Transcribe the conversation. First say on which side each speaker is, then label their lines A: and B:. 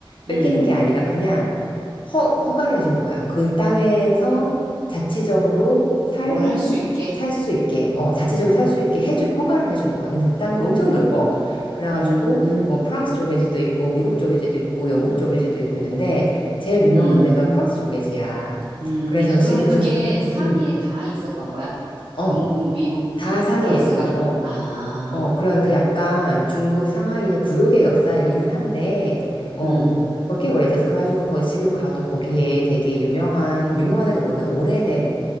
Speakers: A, on the left; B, on the right.
A: 뺏기는
B: 음.
A: 게 아니라 그냥 허, 허가를 해준 거야. 그 땅에서 자치적으로 살,
B: 뭘 할 수 있게.
A: 살 수 있게, 어, 자치적으로
B: 아,
A: 살 수 있게 해주고 허가를 해준 거야. 근데 그 땅이 엄청 넓어. 그래가지고
B: 음,
A: 뭐 프랑스 조개지도 있고, 미국 조개지도 있고, 영국 조개지도 있고 있는데, 제일 유명한
B: 음,
A: 데가 프랑스 조개지야.
B: 음.
A: 그래서
B: 아,
A: 지금,
B: 그러면 그게 상해에
A: 음,
B: 다 있었던 거야?
A: 어,
B: 영국, 미국,
A: 다
B: 이,
A: 상해
B: 이 프랑스가?
A: 있어. 어,
B: 아,
A: 어, 그런 그 약간 중국 상하이의 구욕의 역사이기는 한데, 어,
B: 음,
A: 거기 꽤 오래 있었어. 그래가지고 거기 지금 가도 거기에 되게 유명한, 유명하다기보다는 오래된,